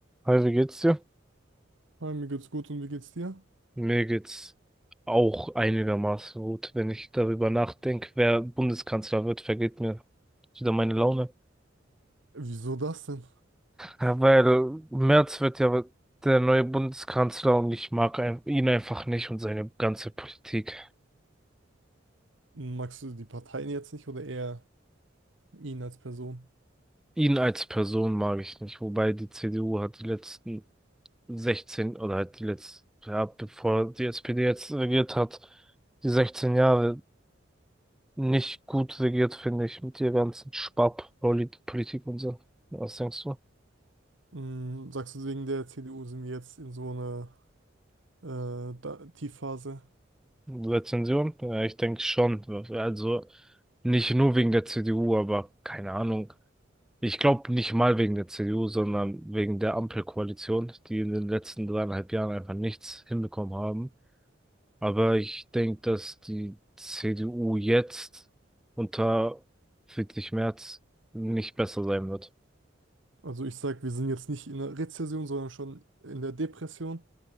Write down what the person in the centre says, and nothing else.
Hi, wie geht's dir?
Mir geht's auch einigermaßen gut. Wenn ich darüber nachdenke, wer Bundeskanzler wird, vergeht mir wieder meine Laune.
Ja, weil Merz wird ja der neue Bundeskanzler und ich mag ein, ihn einfach nicht und seine ganze Politik.
Ihn als Person mag ich nicht, wobei die CDU hat die letzten 16 oder halt die letzten, ja, bevor die SPD jetzt regiert hat, die 16 Jahre nicht gut regiert, finde ich, mit der ganzen Sparpolitik und so. Was denkst du?
Rezension? Ja, ich denke schon. Also nicht nur wegen der CDU, aber keine Ahnung. Ich glaube nicht mal wegen der CDU, sondern wegen der Ampelkoalition, die in den letzten dreieinhalb Jahren einfach nichts hinbekommen haben. Aber ich denke, dass die CDU jetzt unter Friedrich Merz nicht besser sein wird.